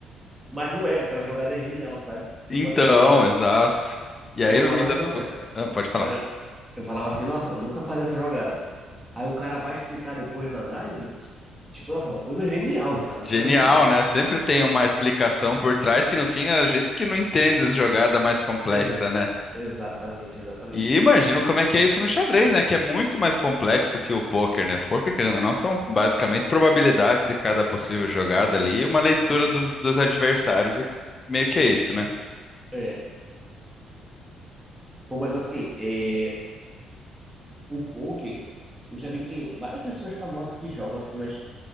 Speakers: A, on the right; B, on the left.
A: Mas não é, aquela jogada é genial, sabe? Tipo
B: Então,
A: assim, eu falo assim,
B: exato. E aí,
A: eu
B: no
A: falo
B: fim
A: assim,
B: das...
A: nossa,
B: co- Ah, pode falar.
A: é, eu falava assim, nossa, eu nunca faria essa jogada. Aí o cara vai explicar depois na análise, tipo, nossa, é uma coisa genial, sabe?
B: Genial,
A: Uma coisa genial.
B: né? Sempre tem uma explicação por trás que, no fim, é a gente que não entende essa jogada mais complexa,
A: <laughs> É,
B: né?
A: exatamente, exatamente
B: E imagino
A: isso, cara.
B: como é que é isso no xadrez, né? Que é muito mais complexo que o poker, né? Poker, querendo ou não, são basicamente probabilidades de cada possível jogada ali e uma leitura
A: Aham.
B: dos, dos adversários. E meio que é isso, né?
A: É. Pô, mas assim, é, o poker, eu já vi que tem várias pessoas famosas que jogam assim, mas